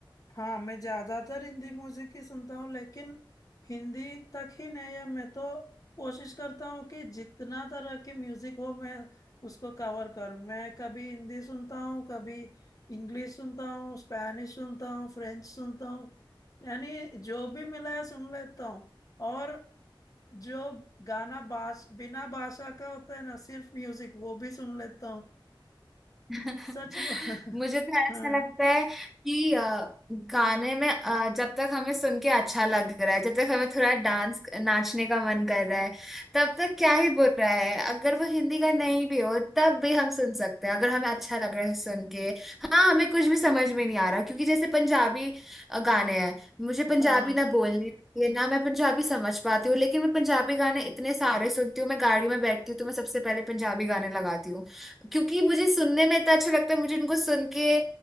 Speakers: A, on the left; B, in the centre.
A: हाँ मैं ज्यादातर हिंदी म्यूजिक ही सुनता हूँ लेकिन हिंदी तक ही नहीं है मैं तो कोशिश करता हूँ कि जितना तरह की म्यूजिक हो मैं उसको कवर करूँ मैं कभी हिंदी सुनता हूँ कभी इंग्लिश सुनता हूँ स्पैनिश सुनता हूँ फ्रेंच सुनता हूँ यानी जो भी मिला है सुन लेता हूँ और जो गाना भाष बिना भाषा का होता है ना सिर्फ म्यूजिक वो भी सुन लेता हूँ
B: <laughs>
A: सच <laughs> ब-
B: मुझे तो ऐसा
A: हाँ
B: लगता है कि अ, गाने में अ, जब तक हमें सुन के अच्छा लग रहा है जब तक हमें थोड़ा डांस नाचने का मन कर रहा है तब तक क्या ही बुरा है अगर वो हिंदी का नहीं भी हो तब भी हम सुन सकते हैं अगर हमें अच्छा लग रहा है सुन के हाँ हमें कुछ भी समझ में नहीं आ रहा क्योंकि जैसे पंजाबी अ, गाने हैं मुझे पंजाबी
A: हाँ
B: ना बोलने आती है ना मैं पंजाबी समझ पाती हूँ लेकिन मैं पंजाबी गाने इतने सारे सुनती हूँ मैं गाड़ी में बैठती हूँ तो मैं सबसे पहले पंजाबी गाने लगाती हूँ क्योंकि मुझे सुनने में इतना अच्छा लगता है मुझे उनको सुन के